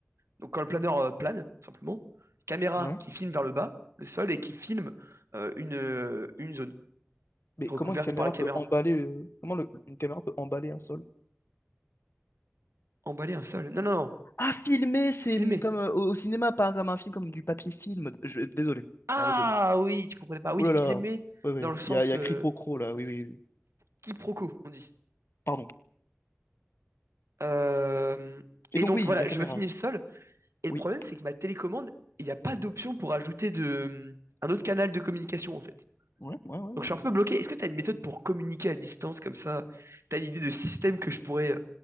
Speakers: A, on the right; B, on the left.
A: Donc, quand le planeur euh, plane, tout simplement, caméra
B: Ouais.
A: qui filme vers le bas, le sol, et qui filme euh, une, euh, une zone
B: Mais
A: recouverte
B: comment une caméra
A: par la caméra.
B: peut emballer. euh, Comment le- une caméra peut emballer un sol?
A: Emballer un sol. Non, non, non.
B: Ah, filmé, c'est
A: Filmer.
B: comme euh, au au cinéma, pas comme un film, comme du papier film. Je- Désolé.
A: Ah
B: Non, désolé.
A: oui, tu comprenais pas. Oui,
B: Oh là
A: filmer
B: là. Ouais, ouais.
A: dans le sens
B: Il y a, il y a
A: euh,
B: Cripocro, là. Oui, oui, oui.
A: quiproquo, on dit.
B: Pardon.
A: Euh,
B: Et
A: et
B: donc,
A: donc
B: oui,
A: voilà,
B: la
A: je
B: caméra.
A: vais finir seul. Et le
B: Oui.
A: problème, c'est que ma télécommande, il n'y a pas d'option pour ajouter de, un autre canal de communication en fait.
B: Ouais, ouais, ouais.
A: Donc
B: ouais.
A: je suis un peu bloqué. Est-ce que tu as une méthode pour communiquer à distance comme ça? T'as une idée de système que je pourrais euh,